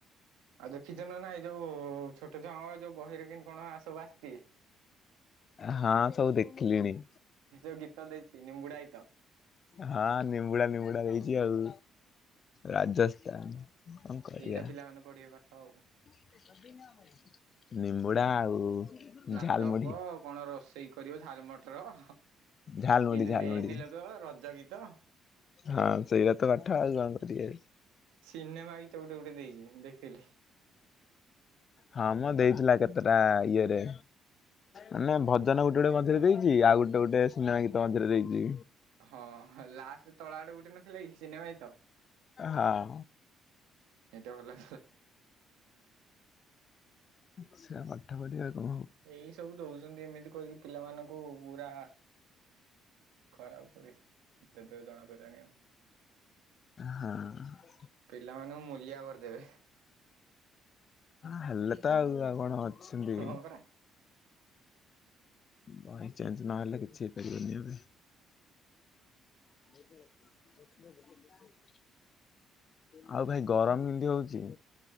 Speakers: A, on the right; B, on the left.
A: ଆଉ ଦେଖିଛ ନା ନାଇ ଯୋଉ ଛୋଟ ଛୁଆଙ୍କ ଯୋଉ ବହିରେ କେମିତି କଣ ସବୁ ଆସିଛି?
B: ହଁ ସବୁ ଦେଖିଲିଣି।
A: ଯୋଉ ଗୀତ ଦେଇଛି ନିମ୍ବୁଡାଇତ।
B: ହଁ ନିମ୍ବୁଡା ନିମ୍ବୁଡା ଦେଇଛି ଆଉ ରାଜସ୍ଥାନ କଣ କରିବା?
A: ଏଇରା ପିଲାମାନେ ପଢିବେ ପାଠ ଆଉ।
B: <unintelligible> ନିମ୍ବୁଡ଼ା ଆଉ
A: ନାଟକ
B: ଝାଲମୁଢି
A: କଣ ର ସେଇ କରିବ ଝାଲ ମଟର, କେମିତି
B: ଝାଲମୁଢି ଝାଲମୁଢି।
A: ମେହେନ୍ଦୀ ଲଗେଇବ ରଜ ଗୀତ
B: ହଁ ସେୟାତ ତ ପାଠ ଆଉ କଣ କରିବେ?
A: ସିନେମା ଗୀତ ଗୋଟେ ଗୋଟେ ଦେଇଛି ଦେଖିଥିଲି।
B: ହଁ ମଁ ଦେଇଥିଲା କେତେଟା ଇଏରେ। ମାନେ ଭଜନ ଗୋଟେ ଗୋଟେ ମଝିରେ ଦେଇଛି ଆଉ ଗୋଟେ ଗୋଟେ ସିନେମା ଗୀତ ମଝିରେ ଦେଇଛି।
A: ହଁ ଲାଷ୍ଟ ତଳ ଆଡେ ଗୋଟେ ନଥିଲା କି ସିନେମା ଗୀତ?
B: ହଁ।
A: ଏଇଟ ଭଲ <unintelligible>
B: ଆଛା। ପାଠ ପଢ଼ିବାକୁ
A: ଏଇ ସବୁ ଦଉଛନ୍ତି ଏମିତି କରିକି ପିଲାମାନଙ୍କୁ ପୁରା ଖରାପ କରି ଦବେ ଜଣା ପଡ଼ିଲାଣି ଆଉ।
B: ହଁ
A: ପିଲାମାନଙ୍କୁ ମୂଲିଆ କରିଦେବେ।
B: ହେଲେ ତ ଆଉ ଆଉ କଣ ଅଛନ୍ତି।
A: ହଁ ପରା
B: ବହି ଚେଞ୍ଜ ନହେଲେ କିଛି ହେଇପାରିବନି ଆଉ ବି। <unintelligible> ଆଉ ଭାଇ ଗରମ କିମତି ହଉଛି?